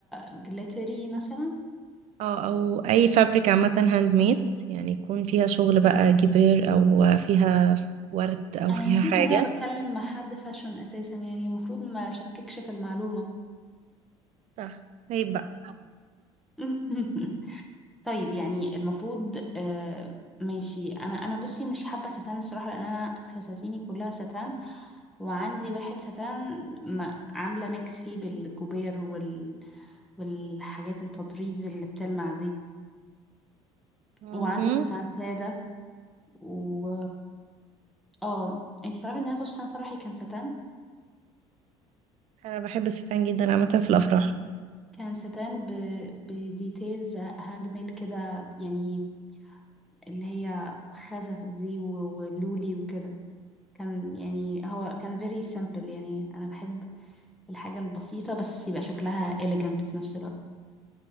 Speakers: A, in the centre; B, on the right.
A: جليتري مثلا
B: اه او اي فابريك عامة هاند ميد يعني يكون فيها شغل بقى جبير او فيها ورد او
A: أنا
B: فيها
A: نسيت
B: حاجة
A: إن أنا بتكلم مع حد فاشن أساسا يعني المفروض ما شككش في المعلومة
B: صح طيب بقى
A: <laughs> طيب يعني المفروض آه، ماشي أنا أنا بصي مش حابة ستان الصراحة لأن أنا فساتيني كلها ستان وعندي واحد ستان ما عاملة ميكس فيه بالجوبير وال والحاجات التطريز اللي بتلمع دي
B: مهم.
A: وعندي ستان سادة و اه انت تعرفي ان انا فستان فرحي كان ستان
B: انا بحب الستان جدا عامة في الافراح
A: كان ستان ب... بديتيلز هاند ميد كده يعني اللي هي خزف دي و- ولولي وكده كان يعني هو كان very simple يعني انا بحب الحاجة البسيطة بس يبقى شكلها elegant في نفس الوقت